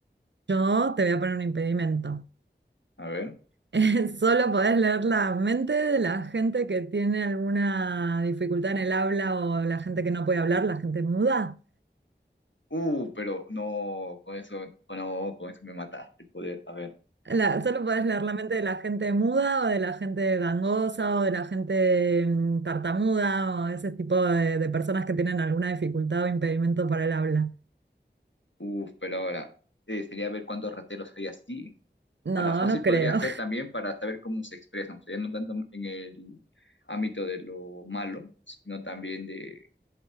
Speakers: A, on the right (about 70°); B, on the left (about 80°).
A: Yo te voy a poner un impedimento.
B: A ver.
A: <laughs> Solo podés leer la mente de la gente que tiene alguna dificultad en el habla o la gente que no puede hablar, la gente muda.
B: Uh, pero no, con eso, no, con eso me mataste, poder. A ver.
A: La- solo podés leer la mente de la gente muda o de la gente gangosa o de la gente mm, tartamuda o ese tipo de, de personas que tienen alguna dificultad o impedimento para el habla.
B: Uf, pero ahora, eh, sería ver cuántos rateros hay así.
A: No,
B: Ahora, fácil
A: no creo.
B: podría ser también para saber cómo se expresan, o sea, ya no tanto en el ámbito de lo malo, sino también de,